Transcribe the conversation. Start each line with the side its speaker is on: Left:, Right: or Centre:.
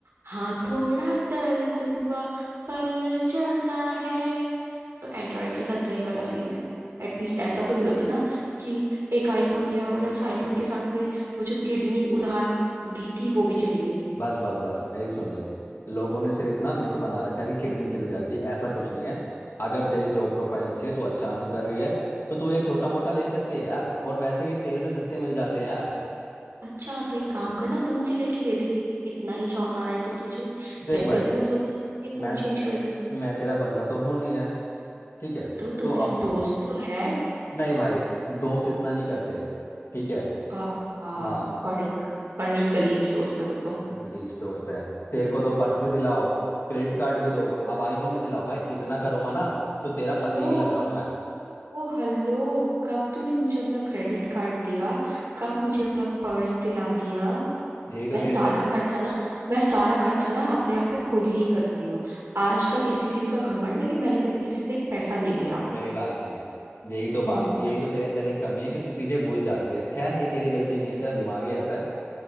Right: हाँ थोड़ा दर्द हुआ पर चलता है तो एंड्रॉयड के साथ वही वाला सीन है एटलीस्ट ऐसा तो नहीं होता ना कि एक आईफोन गया और उस आईफोन के साथ में वो जो किडनी उधार दी थी वो भी चली गई
Left: बस बस बस मेरी सुन ले लोगों ने सिर्फ ना मिथ बना रखा है कि किडनी चली जाती है ऐसा कुछ नहीं है अगर तेरी जॉब प्रोफाइल अच्छी है तू अच्छा अर्न कर रही है तो तू एक छोटा मोटा ले सकती है यार और वैसे भी सेल में सस्ते मिल जाते हैं यार
Right: अच्छा तो एक काम करना तू मुझे लेके दे दे इतना ही शौक आ रहा है तो तुझे
Left: देख
Right: वैसे
Left: भाई
Right: भी मैं सोच ये
Left: मैं
Right: फोन चेंज कर लूं
Left: मैं तेरा बंदा तो हूं नहीं है ठीक है
Right: तो तू
Left: तो
Right: मेरा
Left: अब
Right: दोस्त तो है
Left: नहीं भाई दोस्त इतना नहीं करते ठीक है
Right: आ, आ,
Left: हाँ
Right: बड़े ग- बड़ा ही गलीज दोस्त है तू तो
Left: गलीस दोस्त है तेरे को तो पर्स भी दिलाओ क्रेडिट कार्ड भी दो अब आईफोन भी दिलाओ भाई इतना करूंगा ना तो तेरा
Right: हेलो
Left: पति ही लग रहा हूं मैं
Right: ओ, ओ हेलो कब तूने मुझे अपना क्रेडिट कार्ड दिया कब मुझे अपना पर्स दिला दिया
Left: यही तो
Right: मैं
Left: तेरे
Right: सारा
Left: अंदर
Right: खर्चा ना मैं सारा खर्चा ना अपने आप पे खुद ही करती हूँ आज तक इसी चीज का घमंड है कि मैंने कभी किसी से एक पैसा नहीं लिया
Left: मेरी बात सुन यही तो बात
Right: हम्म
Left: यही तो तेरे अंदर एक कमी है कि तू चीजें भूल जाती है खैर ये तेरी गलती नहीं है तेरा दिमाग ही ऐसा है